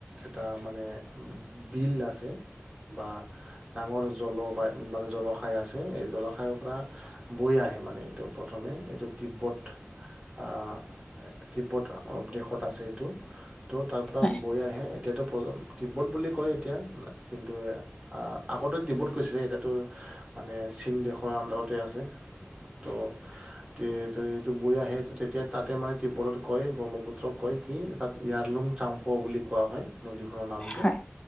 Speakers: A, on the right (about 20°); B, on the left (about 20°).
A: এটা মানে বিল আছে, বা ডাঙৰ জল বা মানে জলশাই আছে, এই জলশাই পৰা বৈ আহে মানে এইটো ওপৰত। প্ৰথমে, এইটো তিব্বত অ', তিব্বত দেশত আছে এইটো। ত' তাৰ পৰা
B: হয়, হয়,
A: বৈ আহে, এতিয়াতো প তিব্বত বুলি কয় এতিয়া। কিন্তু আ, আগতে তিব্বত কৈছিলে, এতিয়াটো মানে চীন দেশৰ আণ্ডাৰতে আছে। ত' তে ত' এইটো বৈ আহে, তেতিয়া তাতে মানে তিব্বতত কয়, ব্ৰহ্মপুত্ৰক কয় কি তাত ইয়াৰলুং চাম প বুলি কোৱা হয়, নদীখনৰ নামটো,
B: হয়,